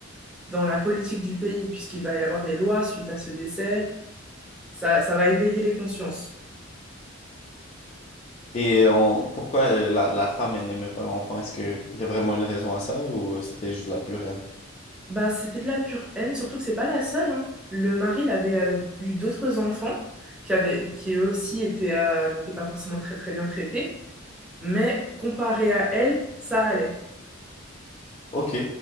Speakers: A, in the centre; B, on the left.
A: dans la politique du pays, puisqu'il va y avoir des lois suite à ce décès. Ça, ça va éveiller les consciences.
B: Et on, pourquoi euh, la, la femme, elle n'aimait pas l'enfant? Est-ce qu'il y a vraiment une raison à ça ou c'était juste de la pure haine?
A: Bah, c'était de la pure haine, surtout que c'est pas la seule, hein. Le mari, il avait euh, eu d'autres enfants qui avaient, qui eux aussi étaient, euh, n'étaient pas forcément très très bien traités, mais comparé à elle, ça allait.
B: Ok.